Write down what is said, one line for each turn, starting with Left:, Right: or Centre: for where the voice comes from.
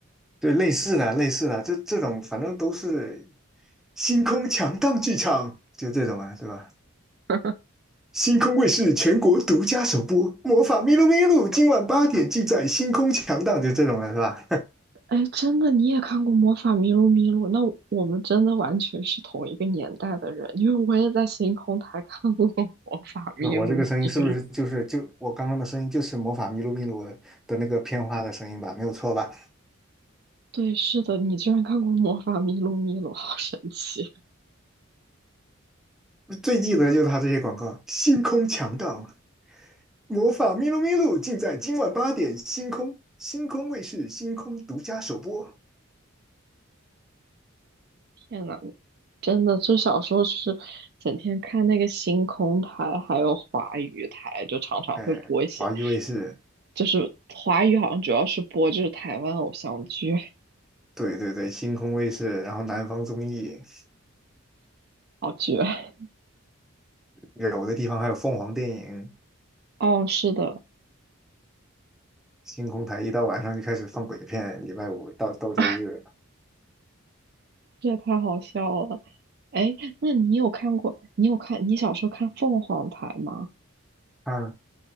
Centre: 对类似的类似的这这种，反正都是星空强档剧场，就这种啊，对吧？
Right: <laughs>
Centre: 星空卫视全国独家首播《魔法咪路咪路》，今晚八点尽在星空强档，就这种的是吧？
Right: 哎，真的，你也看过《魔法咪路咪路》？那我我们真的完全是同一个年代的人，因为我也在星空台看过《魔法咪路咪路》。
Centre: 我我这个声音是不是就是就我刚刚的声音就是魔法咪路咪路的的那个片花的声音吧？没有错吧？
Right: 对，是的，你居然看过《魔法咪路咪路》，好神奇！
Centre: 我最记得就是他这些广告，星空强档，魔法咪路咪路尽在今晚八点，星空星空卫视星空独家首播。
Right: 天呐，真的，就小时候就是整天看那个星空台，还有华语台，就常常会播一些，
Centre: 哎，华娱卫视，
Right: 就是华语好像主要是播就是台湾偶像剧，
Centre: 对对对，星空卫视，然后南方综艺，
Right: 好绝！
Centre: 有的地方还有凤凰电影，
Right: 哦，是的，
Centre: 星空台一到晚上就开始放鬼片，礼拜五到到周日，
Right: <laughs> 这也太好笑了。哎，那你有看过？你有看？你小时候看凤凰台吗？
Centre: 嗯，